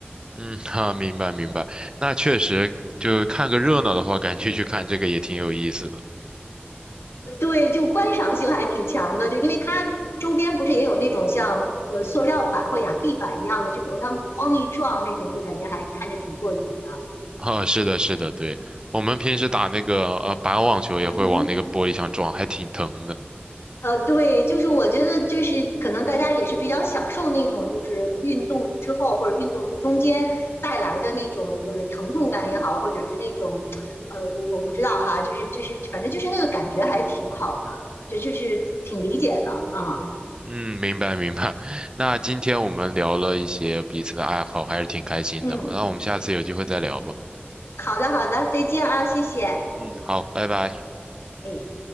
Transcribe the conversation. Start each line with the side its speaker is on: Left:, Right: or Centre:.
Right: 嗯，哈、明白明白，那确实就看个热闹的话，感觉去看这个也挺有意思的。
Left: 对，就观赏性还挺强的，就因为它周边不是也有那种像呃塑料板或亚克力板一样的，就有时候他们哐一撞那种，就感觉还看着挺过瘾的。
Right: 啊，是的，是的，对，我们平时打那个呃板网球也会往那个玻璃上撞，
Left: 嗯哼，
Right: 还挺疼的。
Left: 呃，对，就是我觉得就是可能大家也是比较享受那种就是运动之后或者运动中间带来的那种就是疼痛感也好，或者是那种呃我我不知道哈，就是就是反正就是那个感觉还挺好的，这就就是挺理解的啊。
Right: 嗯，明白明白。<laughs> 那今天我们聊了一些彼此的爱好，还是挺开心的。
Left: 嗯，
Right: 那我们下次有机会再聊吧。
Left: 好的好的，再见啊，谢谢。
Right: 嗯，好，拜拜。
Left: 哎，